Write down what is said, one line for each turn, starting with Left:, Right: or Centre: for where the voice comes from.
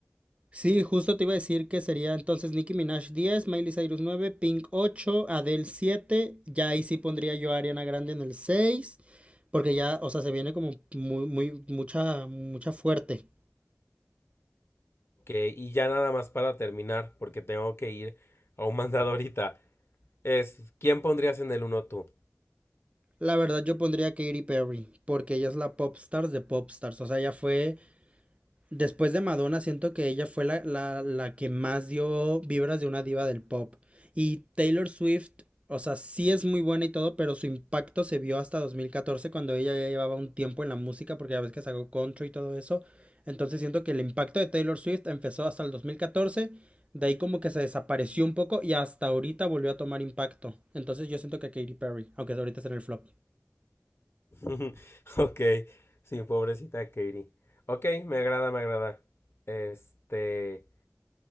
Right: Sí, justo te iba a decir que sería entonces Nicki Minaj 10, Miley Cyrus 9, Pink 8, Adele siete, Ya ahí sí pondría yo a Ariana Grande en el seis, Porque ya, o sea, se viene como muy, muy, mucha, mucha fuerte.
Left: Que, y ya nada más para terminar, porque tengo que ir a un mandado ahorita. Es, ¿quién pondrías en el uno tú?
Right: La verdad yo pondría a Katy Perry, porque ella es la pop stars de pop stars. O sea, ella fue Después de Madonna, siento que ella fue la, la, la que más dio vibras de una diva del pop. Y Taylor Swift, o sea, sí es muy buena y todo, pero su impacto se vio hasta dos mil catorce cuando ella ya llevaba un tiempo en la música, porque ya ves que sacó country y todo eso. Entonces siento que el impacto de Taylor Swift empezó hasta el dos mil catorce de ahí como que se desapareció un poco y hasta ahorita volvió a tomar impacto. Entonces yo siento que Katy Perry, aunque ahorita está en el flop.
Left: <laughs> Ok, sí, pobrecita Katie. Ok, me agrada, me agrada. Este,